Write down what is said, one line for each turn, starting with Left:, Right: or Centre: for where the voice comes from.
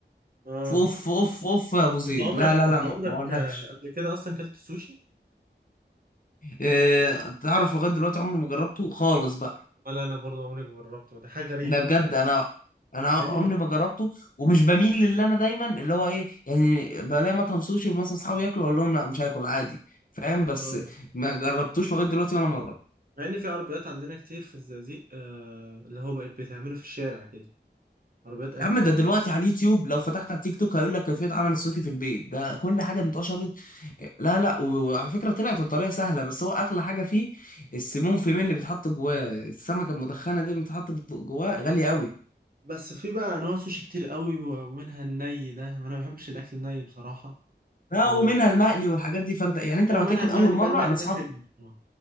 Right: اه
Left: اوف اوف اوف يا ابو زيد
Right: انت عمرك
Left: لا لا
Right: انت
Left: لا ما
Right: عمرك
Left: ما اقولكش
Right: آه، قبل كده اصلا كلت سوشي
Left: آه تعرف لغايه دلوقتي عمري ما جربته خالص بقى
Right: ولا انا برضو عمري ما جربته دي حاجه غريبه
Left: ده بجد
Right: يعني
Left: انا انا عمري
Right: مع انه
Left: ما جربته ومش بميل للي انا دايما اللي هو ايه يعني بلاقي مطعم سوشي مثلا اصحابي ياكلوا اقول لهم لا مش هاكل عادي فاهم بس
Right: اه
Left: ما جربتوش لغايه دلوقتي ولا مره
Right: مع ان في عربيات عندنا كتير في الزقازيق آه اللي هو بقت بتعمله في الشارع كده عربيات اكل
Left: يا عم ده
Right: يعني
Left: دلوقتي على اليوتيوب لو فتحت على التيك توك هيقول لك كيفية عمل السوشي في البيت ده كل حاجة انتشرت لا لا و- وعلى فكرة طلعت الطريقة سهلة بس هو أغلى حاجة فيه السيمون فيمين اللي بيتحط جواه السمكة المدخنة دي اللي بتتحط جواه غالية قوي
Right: بس في بقى انواع سوشي كتير قوي و- ومنها الني ده انا ما بحبش الاكل الني بصراحه
Left: لا
Right: و-
Left: ومنها المقلي والحاجات دي فانت يعني انت
Right: ولا
Left: لو هتاكل
Right: منها المقلي
Left: اول مره
Right: بقى المقلي
Left: انا اصحابي
Right: ده حلو بصراحة.